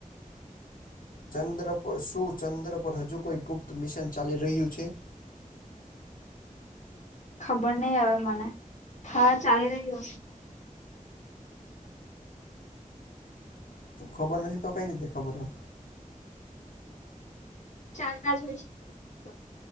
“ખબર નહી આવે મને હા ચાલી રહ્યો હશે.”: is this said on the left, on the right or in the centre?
Left